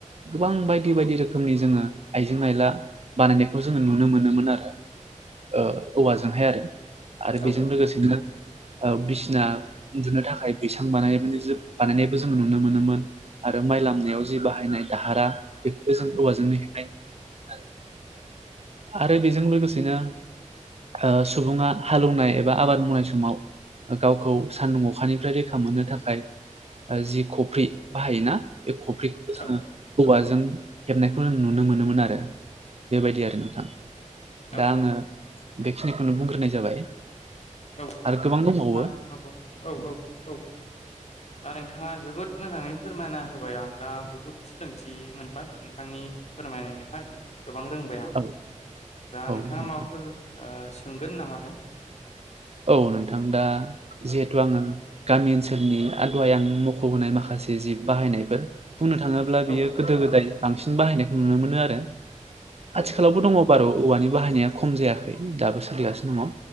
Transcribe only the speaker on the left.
औ
नोंथां
औ
औ
औ
औ
आ <unintelligible> औ औ औ दा नोंथाङा <unintelligible> जोबोद मोजाङै फोरमायना होबाय आं दा बुहुद सोलोंथि मोनबाय नोंथांनि फोरमायनायनिफ्राय गोबां रोंबाय आं
दा
नोंथाङा
माबाफोर सोंगोन ओ नामाथाय
औ
औ